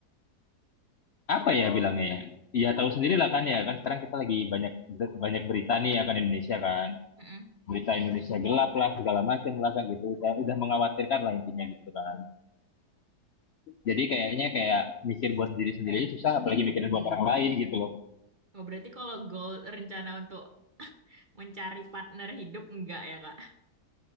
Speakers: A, on the left (about 60°); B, on the right (about 40°).
A: apa ya bilangnya ya ya tahu sendiri lah kan ya kan sekarang kita lagi banyak banyak berita nih ya kan Indonesia kan
B: Mm-mm.
A: berita Indonesia gelap lah segala macam lah kan gitu udah, udah mengkhawatirkan lah intinya gitu kan jadi kayaknya kayak mikir buat diri sendiri aja susah apalagi mikirin buat orang lain gitu loh
B: Oh, berarti kalau goal rencana untuk mencari partner hidup enggak ya Kak?